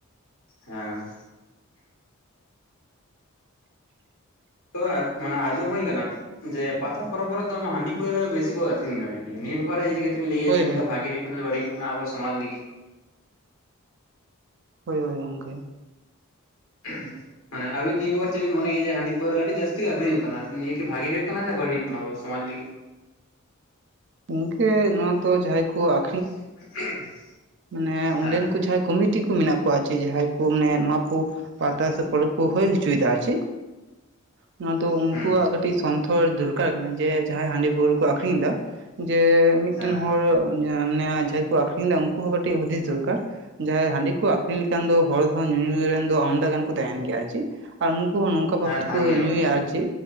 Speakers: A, on the left; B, on the right.
A: ᱦᱮᱸ᱾
B: ᱟ <inaudible>
A: ᱛᱚᱵᱮ ᱢᱟᱱᱮ ᱟᱸᱡᱚᱢ ᱦᱩᱭ ᱠᱟᱱᱟ, ᱡᱮ ᱯᱟᱛᱟ ᱯᱚᱨᱚᱵ ᱠᱚᱨᱮ ᱫᱚ ᱦᱟᱺᱰᱤ ᱯᱟᱹᱣᱟᱹ ᱵᱤᱥᱤ ᱠᱚ ᱟᱹᱠᱷᱨᱤᱧ ᱫᱟᱲᱮ ᱜᱮᱭᱟ ᱱᱤᱭᱟᱹ ᱵᱮᱯᱟᱨ ᱨᱮ ᱡᱩᱫᱤ ᱞᱟᱹᱭᱟ ᱠᱮᱭᱟ
B: ᱦᱳᱭ
A: ᱛᱤᱱᱟᱹᱜᱟᱜ
B: ᱦᱳᱭ ᱦᱳᱭ
A: ᱵᱷᱟᱜᱮ ᱦᱩᱭᱩᱜ ᱠᱟᱱᱟ ᱵᱟᱹᱲᱤᱡ ᱠᱟᱱᱟ ᱟᱵᱚ ᱥᱚᱢᱟᱡᱽ ᱞᱟᱹᱜᱤᱫ?
B: ᱦᱳᱭ ᱦᱳᱭ ᱜᱚᱝᱠᱮ᱾
A: <unintelligible> ᱢᱟᱱᱮ ᱟᱵᱤᱱ ᱱᱤᱭᱟᱹ ᱵᱮᱵᱟᱨ ᱪᱮᱫ ᱵᱤᱱ ᱢᱚᱱᱮᱭᱟᱮ ᱦᱟᱺᱰᱤ ᱯᱟᱹᱣᱟᱹ ᱟᱹᱰᱤ ᱡᱟᱹᱛᱤ ᱜᱮ ᱟᱹᱠᱷᱨᱤᱧᱚᱜ ᱠᱟᱱᱟ ᱱᱤᱭᱟᱹ ᱠᱤ ᱵᱷᱟᱜᱤ ᱦᱩᱭᱩᱜ ᱠᱟᱱᱟ ᱥᱮ ᱵᱟᱹᱲ ᱦᱩᱭᱩᱜ ᱠᱟᱱᱟ ᱟᱵᱚ ᱥᱚᱢᱟᱡᱽ ᱞᱟᱹᱜᱤᱫ?
B: ᱜᱚᱝᱠᱮ ᱱᱚᱣᱟ ᱫᱚ ᱡᱟᱦᱟᱸᱭ ᱠᱚ ᱟ
A: <unintelligible>
B: ᱢᱟᱱᱮ
A: ᱦᱮᱸ
B: ᱚᱸᱰᱮᱱ ᱠᱚ ᱡᱟᱦᱟᱸᱭ ᱠᱚᱢᱤ ᱴᱤ ᱠᱚ ᱢᱮᱱᱟᱜ ᱠᱚᱣᱟ ᱪᱮ ᱡᱟᱦᱟᱸᱭ ᱠᱩ ᱢᱟᱱᱮ ᱱᱚᱣᱟ ᱠᱩ ᱯᱟᱛᱟ ᱥᱮ ᱯᱚᱨᱚᱵᱽ ᱠᱚ ᱦᱩᱭ ᱦᱚᱪᱚᱭ ᱫᱟ ᱟᱨ ᱪᱮᱫ᱾ ᱱᱚᱣᱟ ᱫᱚ ᱩᱱᱠᱩᱣᱟᱜ
A: ᱦᱩᱸ
B: ᱠᱟᱹ ᱴᱤᱡ ᱥᱚᱱᱛᱷᱚᱨ ᱫᱚᱨᱠᱟᱨ ᱠᱟᱱᱟ ᱡᱮ ᱡᱟᱦᱟᱸᱭ ᱦᱟᱺᱰᱤ ᱯᱟᱹᱣᱟᱹ ᱠᱚ ᱟᱠᱷᱨᱤᱧᱮᱫᱟ ᱡᱮ ᱢᱤᱫᱴᱮᱱ
A: ᱦᱮᱸ
B: ᱦᱚᱲ ᱢᱟᱱᱮ ᱡᱟᱦᱟᱸᱭ ᱠᱚ ᱟᱠᱷᱨᱤᱧ ᱞᱮᱫᱟ ᱩᱝᱠᱩ ᱦᱚᱸ ᱠᱟᱹᱴᱤᱡ ᱦᱩᱫᱤᱥ ᱫᱚᱨᱠᱟᱨ ᱡᱟᱦᱟᱸᱭ ᱦᱟᱺᱰᱤ ᱠᱚ ᱟᱠᱷᱨᱤᱧ ᱞᱮᱠᱷᱟᱱ ᱫᱚ ᱦᱚᱲ ᱫᱚ ᱧᱩ ᱨᱮᱱ ᱫᱚ ᱟᱢᱫᱟ ᱜᱟᱱ ᱠᱚ ᱛᱟᱦᱮᱸᱱ ᱜᱮᱭᱟ ᱟᱨ ᱪᱮᱫ? ᱟᱨ ᱩᱱᱩᱠᱩ ᱦᱚᱸ ᱱᱚᱝᱠᱟ ᱵᱷᱟᱵ
A: ᱦᱮᱸ
B: ᱛᱮᱠᱚ
A: ᱛᱟᱦᱮᱱ ᱜᱮᱭᱟ
B: ᱧᱩᱭᱟ
A: ᱠᱚᱛᱚ
B: ᱟᱨ ᱪᱮ,